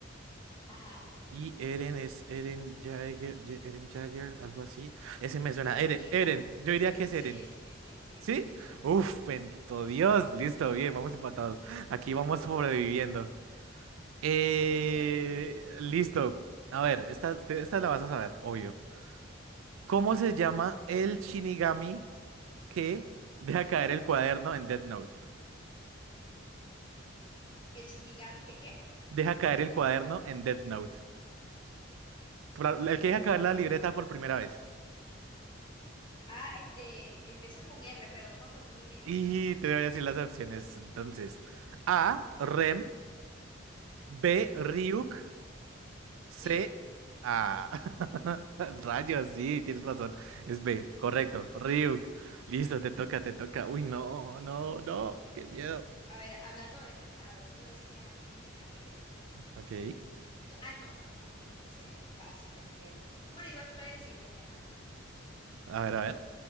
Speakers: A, on the left; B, on the right.
A: Ajá,
B: Y Eren es Eren Jagger, Ye- Eren Jagger, algo así. Ese me suena.
A: Eren
B: Eren,
A: llega.
B: Eren. Yo diría que es
A: Sí,
B: Eren.
A: sí, sí, sí,
B: ¿Sí?
A: sí, sí, es, sí, es.
B: Uf, bendito Dios. Listo, bien, vamos empatados. Aquí vamos sobreviviendo. Eh,
A: <laughs> Sobreviviendo.
B: listo. A ver, esta, te- esta la vas a saber, obvio.
A: Ujú.
B: ¿Cómo se llama el Shinigami que deja caer el cuaderno en Death Note?
A: El Shinigami, ¿qué qué?
B: Deja caer el cuaderno en Death Note. Pra- El que deja caer la libreta por primera vez.
A: Ah, este, empieza con R, pero no me acuerdo. Dime, dime
B: Y
A: las opciones,
B: te voy
A: a ver.
B: a decir las opciones. Entonces, A, Rem, B,
A: Mm,
B: Ryuk,
A: mm.
B: C,
A: Ryuk.
B: A. <laughs> Rayos, sí, tienes razón. Es B, correcto.
A: mm. Ujú.
B: Ryuk. Listo, te toca, te toca. Uy, no, no, no, qué miedo.
A: A ver, hablando de, hablando de ese anime, a ver.
B: Ok.
A: t- Ah, no, no, no, no, porque sería muy fácil después. Bueno, igual te lo voy a decir, porque ajá.
B: A ver, a ver.